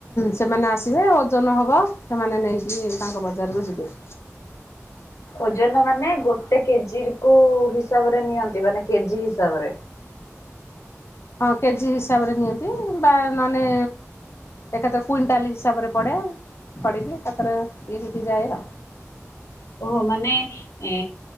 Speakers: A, on the left; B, on the left.
A: ସେମାନେ ଆସିବେ ଓଜନ ହବ ସେମାନେ ନେଇକିରି ତାଙ୍କ ବଜାରକୁ ଯିବେ।
B: ଓଜନ ମାନେ ଗୋଟେ କେଜିର୍ କୁ ହିସାବରେ ନିଅନ୍ତି ମାନେ କେଜି ହିସାବରେ।
A: ହଁ କେଜି ହିସାବରେ ନିଅନ୍ତି ବା ନଅନେ ଏକାଥର କୁଇଣ୍ଟାଲ ହିସାବରେ ପଡ଼େ ପଡି଼କି ଏକାଥରେ ଇଏ ହେଇକି ଯାଏ ଆଉ।
B: ଓହୋ ମାନେ ଏ